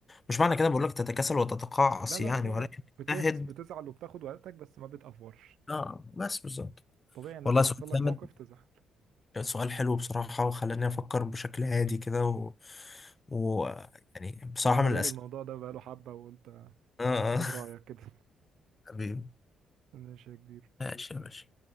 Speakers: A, on the left (about 30°); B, on the right (about 80°).
A: مش معنى كده بقول لك تتكاسل وتتقاعس
B: لا لا
A: يعني
B: لا لا
A: ولكن
B: بتحس
A: تجتهد
B: بتزعل وبتاخد وقتك بس ما بتأفورش
A: اه بس بالظبط
B: طبيعي ان
A: والله
B: انت لو
A: سؤال
B: حصل لك
A: جامد
B: موقف تزعل
A: سؤال حلو بصراحه وخلاني افكر بشكل هادي كده و... و يعني بصراحه
B: كان على
A: من
B: بالي
A: الاسئله
B: الموضوع ده بقاله حبة وقلت ما
A: اه آه.
B: اخد
A: <laughs>
B: رأيك كده
A: حبيبي
B: <laughs> ماشي يا كبير
A: ماشي يا باشا